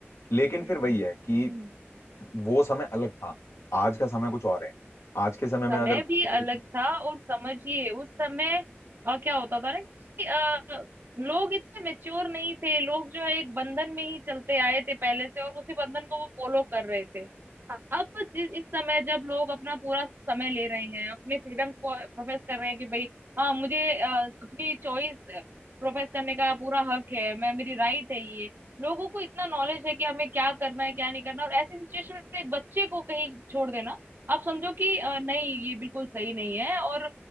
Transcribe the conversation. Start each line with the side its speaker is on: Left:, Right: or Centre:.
Left: लेकिन
Right: हम्म
Left: फिर वही है कि
Right: हम्म।
Left: वो समय अलग था आज का समय कुछ और है आज के समय में
Right: समय
Left: अगर कोई
Right: भी अलग
Left: इतनी
Right: था और समझिए उस समय अ, क्या होता था ना कि अ, लोग इतने मेच्योर नहीं थे लोग जो है एक बंधन में ही चलते आए थे पहले से और उसी बंधन को वो फॉलो कर रहे थे अब जि- इस समय जब लोग अपना पूरा समय ले रहे हैं अपने फ्रीडम्स को प्रोफेस कर रहे हैं कि भाई हाँ मुझे अ, अपनी चॉइस प्रोफेस करने का पूरा हक है मैं मेरी राइट है ये लोगों को इतना नॉलेज है कि हमें क्या करना है क्या नहीं करना और ऐसी सिचुएशन में एक बच्चे को कहीं छोड़ देना आप समझो कि अ, नहीं ये बिल्कुल सही नहीं है और